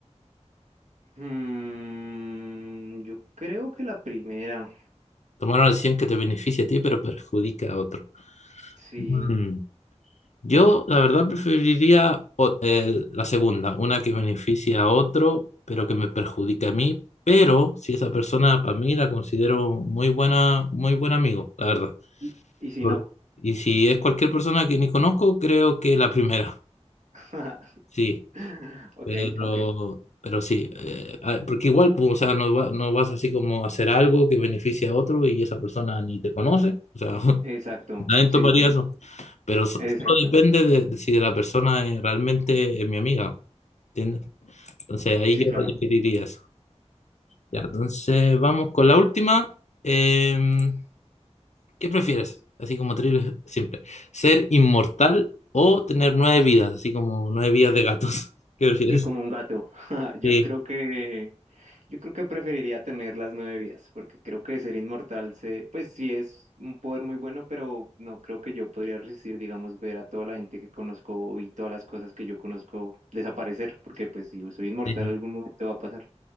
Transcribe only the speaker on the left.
Tomar una decisión que te beneficie a ti pero perjudique a otros.
Mm, Yo, la verdad, preferiría o- el- la segunda, una que beneficie a otro pero que me perjudique a mí, pero si esa persona para mí la considero muy buena, muy buen amigo, la verdad.
Por-
Y si es cualquier persona que ni conozco, creo que la primera.
Sí.
Pero,
pero sí, eh, ah, porque igual, pues, o sea, no, va- no vas así como a hacer algo que beneficie a otro y esa persona ni te conoce, o sea, <laughs>
nadie
tomaría eso, pero so-
solo depende de, de si la persona es realmente es mi amiga, ¿entiendes? Entonces ahí
yo
diría eso. Ya, entonces vamos con la última. Eh, ¿qué prefieres? Así como trivial, <laughs> simple. ¿Ser inmortal o tener nueve vidas? Así como nueve vidas de gatos. <laughs> ¿Qué prefieres?
Sí.
Sí.